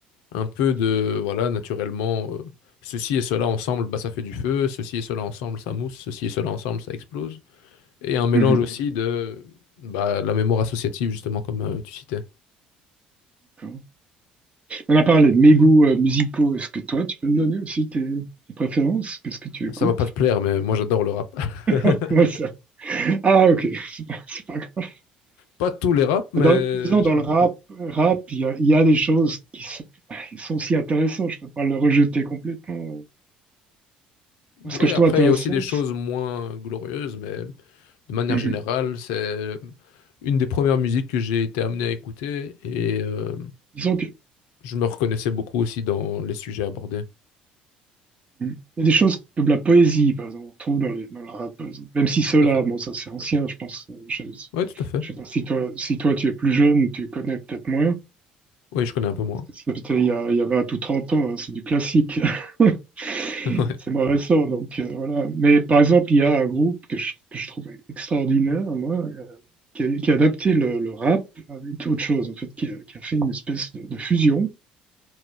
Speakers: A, on the left (about 70°); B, on the right (about 30°).
A: Un peu
B: c'est
A: de,
B: top.
A: voilà, naturellement, euh, ceci et cela ensemble, bah, ça fait du feu, ceci et cela ensemble, ça mousse, ceci et cela ensemble, ça explose. Et un mélange
B: Mhm.
A: aussi de bah, la mémoire associative, justement, comme euh, tu citais.
B: D'accord. On a parlé de mes goûts euh, musicaux. Est-ce que toi, tu peux me donner aussi tes, tes préférences? Qu'est-ce que tu écoutes?
A: Ça va pas te plaire, mais moi j'adore le rap. <laughs>
B: <laughs> ça Ah, ok. C'est pas grave.
A: Pas tous les raps, mais
B: Dans, disons,
A: j'aime
B: dans le rap,
A: beaucoup.
B: rap, il y a, il y a des choses qui sont, qui sont aussi intéressantes. Je peux pas le rejeter complètement.
A: Ouais,
B: Moi, ce que je
A: après,
B: trouve intéressant,
A: il y a aussi des choses
B: c'est,
A: moins glorieuses, mais de manière
B: Mhm.
A: générale, c'est une des premières musiques que j'ai été amené à écouter et euh,
B: disons que
A: je me reconnaissais beaucoup aussi dans les sujets abordés.
B: Il y a des choses comme la poésie, par exemple, on trouve dans, les, dans le rap, par exemple. Même si Solar,
A: Tout à fait.
B: bon, ça c'est ancien, je pense. euh, Je,
A: Ouais, tout à fait.
B: je sais pas si toi, si toi tu es plus jeune, tu connais peut-être moins.
A: Oui, je connais un peu moins.
B: C'est peut-être il y a, il y a 20 ou 30 ans, hein, c'est du classique. <laughs>
A: <laughs> Ouais.
B: C'est moins récent, donc euh, voilà. Mais par exemple, il y a un groupe que je, que je trouve extraordinaire, moi, euh, qui a, qui a adapté le, le rap avec autre chose, en fait, qui a, qui a fait une espèce de, de fusion.